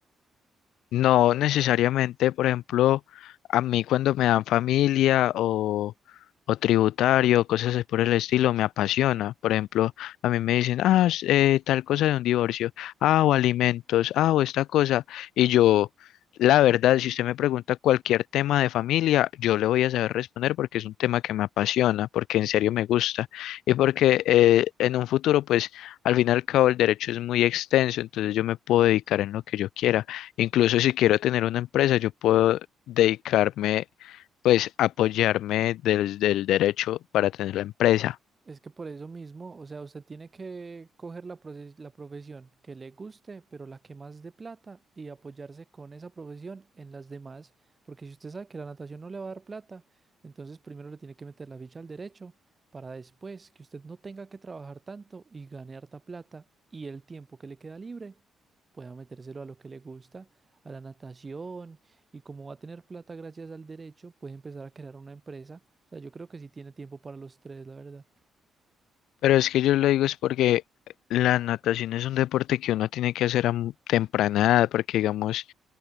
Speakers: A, on the left; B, on the right.
A: No necesariamente, por ejemplo, a mí cuando me dan familia o, o tributario, cosas así por el estilo, me apasiona. Por ejemplo, a mí me dicen, ah, s- eh, tal cosa de un divorcio, ah, o alimentos, ah, o esta cosa. Y yo, la verdad, si usted me pregunta cualquier tema de familia, yo le voy a saber responder porque es un tema que me apasiona, porque en serio me gusta y porque eh, en un futuro, pues, al fin y al cabo, el derecho es muy extenso, entonces yo me puedo dedicar en lo que yo quiera. Incluso si quiero tener una empresa, yo puedo dedicarme, pues apoyarme desde el derecho para tener la empresa.
B: Es que por eso mismo, o sea, usted tiene que coger la, proces- la profesión que le guste, pero la que más dé plata y apoyarse con esa profesión en las demás, porque si usted sabe que la natación no le va a dar plata, entonces primero le tiene que meter la ficha al derecho para después que usted no tenga que trabajar tanto y gane harta plata y el tiempo que le queda libre pueda metérselo a lo que le gusta, a la natación y como va a tener plata gracias al derecho, puede empezar a crear una empresa. O sea, yo creo que sí tiene tiempo para los tres, la verdad.
A: Pero es que yo lo digo es porque la natación es un deporte que uno tiene que hacer a mu- temprana edad, porque digamos,